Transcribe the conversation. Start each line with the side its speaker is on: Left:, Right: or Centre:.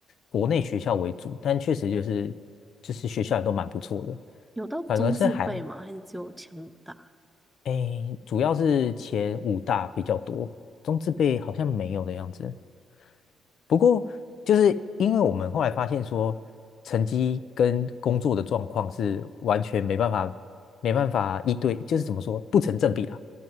Left: 国内学校为主，但确实就是就是学校也都蛮不错的，
Centre: 有到中字辈吗？
Left: 反而是还
Centre: 还是只有前五大？
Left: 诶，主要是前五大比较多，中字辈好像没有的样子。不过，就是因为我们后来发现说，成绩跟工作的状况是完全没办法、没办法一对，就是怎么说不成正比啦。